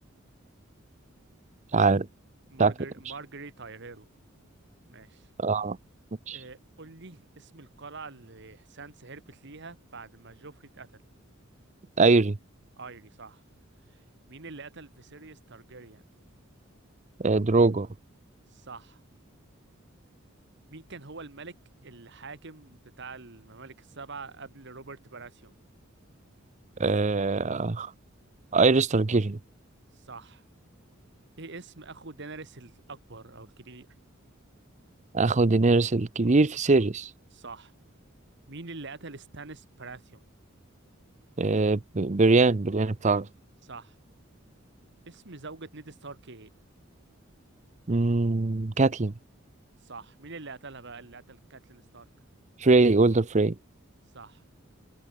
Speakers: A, on the right (about 35°); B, on the right (about 60°).
A: مش عارف
B: مارجر...
A: مش عارف مش-
B: مارجري تايريل ماشي
A: اه مش
B: آه، قول لي اسم القلعة اللي سانس هربت ليها بعد ما جوفري اتقتل
A: ايري
B: ايري صح مين اللي قتل فيسيريس تارجيريان؟
A: آه دروجو
B: صح مين كان هو الملك الحاكم بتاع الممالك السبعة قبل روبرت باراسيون؟
A: آه ايريس تارجيريان
B: صح ايه اسم اخو دينيريس الاكبر او الكبير
A: اخو دينيريس الكبير في سيريس
B: صح مين اللي قتل ستانيس براثيون
A: آه ب- بريان بريان بتاعه
B: صح اسم زوجة نيد ستارك ايه
A: مم، كاتلين
B: صح مين اللي قتلها بقى اللي قتل كاتلين ستارك
A: فري اولدر فري
B: صح